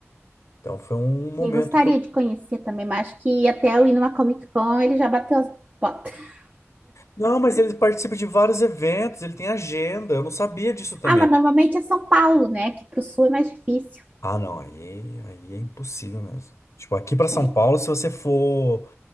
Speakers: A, on the left (about 75°); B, on the right (about 30°).
A: Então foi um
B: Sim,
A: momento
B: eu gostaria
A: que eu.
B: de conhecer também, mas acho que até eu ir numa Comic Con ele já bateu as botas. <laughs>
A: Não, mas ele participa de vários eventos, ele tem agenda, eu não sabia disso também.
B: Ah, mas normalmente é São Paulo, né? Que pro sul é mais difícil.
A: Ah, não, aí, aí é impossível mesmo. Tipo, aqui pra São
B: É,
A: Paulo, se você for.